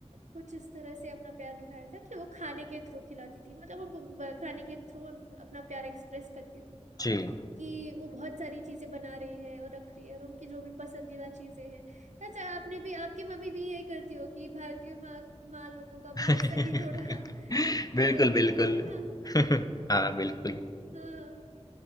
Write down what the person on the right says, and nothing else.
कुछ इस तरह से अपना प्यार दिखाया था कि वो खाने के थ्रू खिलाती थी मतलब उनको ब- खाने के थ्रू अपना प्यार एक्सप्रेस करती थी
कि वो बहुत सारी चीजें बना रही है और रख रही है और उनकी जो भी पसंदीदा चीजें हैं अच्छा आपने भी आपकी मम्मी भी यही करती होगी भारतीय माँ माँ लोगों का
भी ऐसा ही थोड़ा <laughs>
हाल
बा- है ना
हाँ